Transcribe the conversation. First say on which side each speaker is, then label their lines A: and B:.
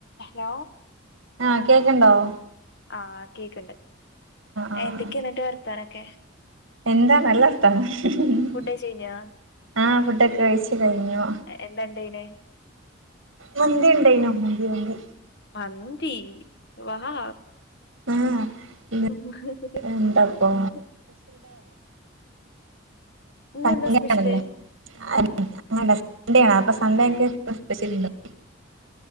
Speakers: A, on the left; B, on the right.
A: Hello
B: ആഹ കേക്കണ്ടാവോ
A: ആഹ് കേക്കണ്ട്
B: ആഹ്
A: എന്തൊക്കെയ ന്റെ വർത്താനൊക്കെ
B: എന്താ നല്ലർത്താനം ഹ് ഹ്
A: ഫുഡ് കഴിച്ച് കഴിഞ്ഞോ
B: ആഹ ഫുഡൊക്കെ കഴിച്ചു കഴിഞ്ഞു
A: എന്താണ്ടായിനെ
B: മന്തി ഉണ്ടായിന്നു മന്തി മന്തി
A: നന്ദി വാ ഹു
B: ആഹ് ഇന്ന്
A: ഉ
B: എന്താപ്പൊ
A: <unintelligible> ഇന്നെന്താ
B: അങ്ങാണല്ലോ
A: സ്പെഷ്യല്
B: <unintelligible> സൺഡേ ആണ് അപ്പൊ സൺഡേ ക്കെ സ്പെഷ്യല് ണ്ടൊ